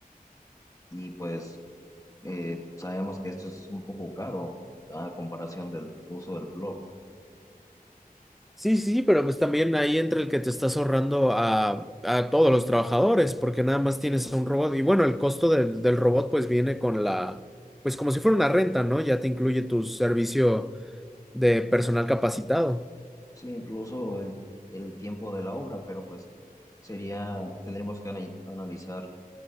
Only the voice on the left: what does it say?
y pues Eh, sabemos que esto es un poco caro a comparación del uso del blog.
Sí,
sí, incluso el, el tiempo de la obra, pero pues sería, tendríamos que ana- analizar